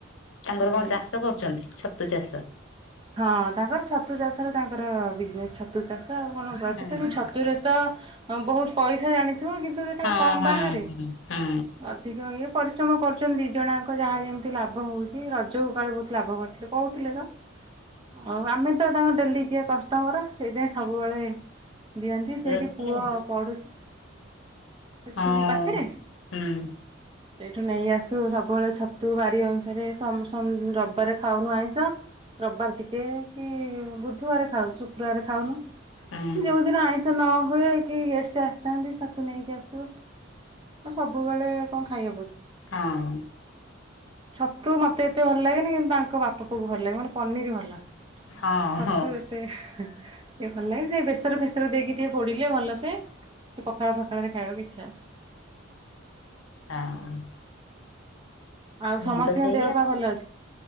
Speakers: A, on the left; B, on the right.
A: ତାଙ୍କର
B: କହିଲେ
A: କଣ ଚାଷ
B: ହଁ
A: କରୁଛନ୍ତି ଛତୁ ଚାଷ।
B: ହଁ ତାଙ୍କର ଛତୁ ଚାଷରେ ତାଙ୍କର ବିଜନେସ ଛତୁ ଚାଷ। ଆଉ କଣ କୁହ
A: ହଁ
B: ତ ମୁ ଛତୁରେ ତ ବହୁତ ପଇସା ଜାଣି ଥିବ କିନ୍ତୁ ଏଟା
A: ହଁ
B: କମ
A: ହଁ
B: ବାହାରେ
A: ହଁ ହଁ
B: ଅଧିକ ଇଏ। ପରିଶ୍ରମ କରୁଛନ୍ତି ଦୁଇ ଜଣଙ୍କ ଯାହା ଯେମିତି ଲାଭ ହେଉଛି ରଜକୁ କାଳେ ବହୁତ ଲାଭ କରିଥିଲେ କହୁଥିଲେ ତ ହଉ ଆମେ ତ ତାଙ୍କ ଡେଲି କିଆ କଷ୍ଟମର ସେଇଥିଇଁ ସବୁବେଳେ। ଦିଅନ୍ତି
A: ହଁ
B: ସେଇଠି
A: ହଁ।
B: ପୁଅ ପଢ଼ୁଛି। ସ୍କୁଲ
A: ହଁ
B: ପାଖରେ।
A: ହୁଁ
B: ସେଇଠୁ ନେଇ ଆସୁ ସବୁବେଳେ ଛତୁ ବାରି ଅନୁସାରେ ରବିବାରେ ଖାଉନୁ ଆଇଁଷ। ରବିବାର ଟିକେ କି ବୁଧବାର ଖାଉ ଶୁକ୍ରବାର ଖାଉନୁ
A: ହୁଁ
B: ଯୋଉ ଦିନ ଆଇଁଷ ନହୁଏ କି ଗେଷ୍ଟ୍ ଆସିଥାନ୍ତି ଛତୁ ନେଇକି ଆସୁ। ମୁଁ ସବୁବେଳେ କଣ ଖାଇହବ କି?
A: ହଁ।
B: ଛତୁ ମତେ ଏତେ ଭଲ ଲାଗେନି କିନ୍ତୁ ତାଙ୍କ ବାପା ପୁଅକୁ ଭଲ ଲାଗେ ମତେ ପନିର ଭଲ ଲାଗେ।
A: ହଁ
B: ଛତୁ
A: ହଁ
B: ଏତେ ହେ ଟିକେ ଭଲ ଲାଗେନି ସେ ବେସର ଫେସର ଦେଇକି ଟିକେ ପୋଡିଲେ ଭଲ ସେ ଟିକେ ପଖାଳ ଫଖାଳ ରେ ଖାଇବା କୁ ଇଛା
A: ହଁ।
B: ଆଉ
A: ମୁ
B: ସମସ୍ତିଙ୍କ
A: ତ ସେଇଆଉ
B: ଦେହ ପା ଭଲ ଅଛି?